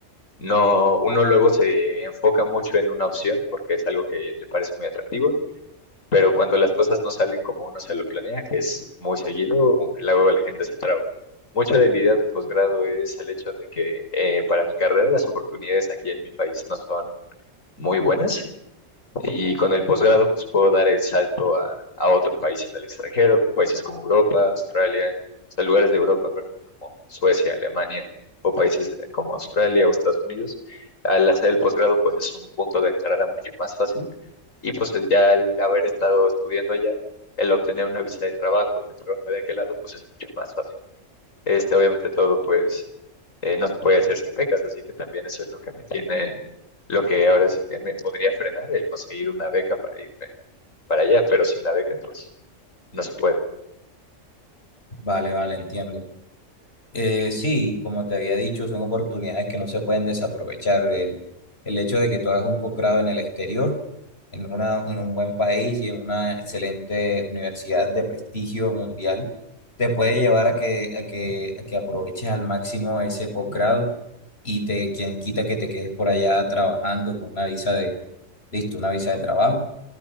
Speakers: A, on the left (about 85°); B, on the left (about 50°).
A: No, uno luego se enfoca mucho en una opción porque es algo que le parece muy atractivo, pero cuando las cosas no salen como uno se lo planea, que es muy seguido, un- luego la gente se traba. Mucha de la idea del posgrado es el hecho de que eh, para mi carrera las oportunidades aquí en mi país no son muy buenas. Y con el posgrado, pues puedo dar el salto a, a otro país en el extranjero, países como Europa, Australia, o sea, lugares de Europa, perdón, como Suecia, Alemania, o países como Australia o Estados Unidos. Al hacer el posgrado, pues es un punto de entrada mucho más fácil. Y pues el- ya al haber estado estudiando allá, el obtener una visa de trabajo y un trabajo de aquel lado, pues es mucho más fácil. Este, obviamente todo, pues eh, no se puede hacer sin becas, así que también eso es lo que me tiene, lo que ahora sí que me podría frenar, el conseguir una beca para irme para allá, pero sin la beca, pues no se puede.
B: Vale, vale, entiendo. Eh, sí, como te había dicho, son oportunidades que no se pueden desaprovechar. El, el hecho de que tú hagas un posgrado en el exterior, en una, en un buen país y en una excelente universidad de prestigio mundial, te puede llevar a que, a que, a que aproveches al máximo ese posgrado y te, quien quita que te quedes por allá trabajando con una visa de, listo, una visa de trabajo